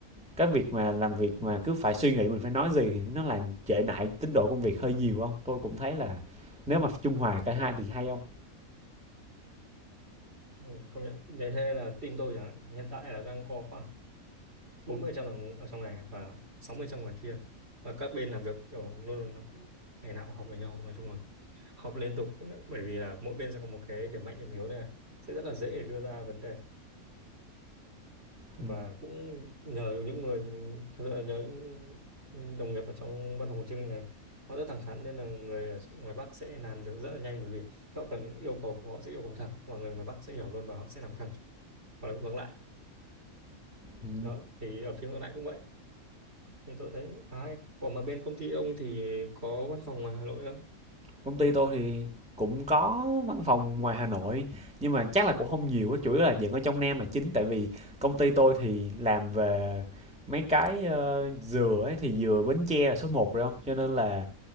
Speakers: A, in the centre; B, on the right.
A: cái việc mà làm việc mà cứ phải suy nghĩ mình phải nói gì thì nó làm trễ nải tiến độ công việc hơi nhiều không tôi cũng thấy là nếu mà trung hòa cả hai thì hay không
B: ừ, công nhận để thế là team tôi chẳng hạn thì hiện tại là đang có khoảng 40% là ở trong này và 60% ngoài kia và các bên làm việc kiểu luôn luôn nó cũng ngày nào cũng học với nhau nói chung là họp liên tục bởi vì là mỗi bên sẽ có một cái điểm mạnh điểm yếu này sẽ rất là dễ để đưa ra vấn đề và
A: ừ.
B: cũng nhờ những người thật sự là nhờ những đồng nghiệp ở trong văn phòng Hồ Chí Minh này họ rất thẳng thắn nên là người ở ngoài Bắc sẽ làm việc rất là nhanh bởi vì khi họ cần yêu cầu họ sẽ yêu cầu thẳng và người ngoài Bắc sẽ hiểu luôn và họ sẽ làm thẳng hoặc là ngược lại
A: Ừ,
B: đó thì ở phía ngược lại cũng vậy thì tôi thấy khá hay. Ủa mà bên công ty ông thì có văn phòng ngoài Hà Nội không?
A: Công ty tôi thì cũng có văn phòng ngoài Hà Nội nhưng mà chắc là cũng không nhiều á, chủ yếu là vẫn ở trong Nam là chính tại vì công ty tôi thì làm về mấy cái ờ, dừa ấy thì dừa Bến Tre là số một rồi không cho nên là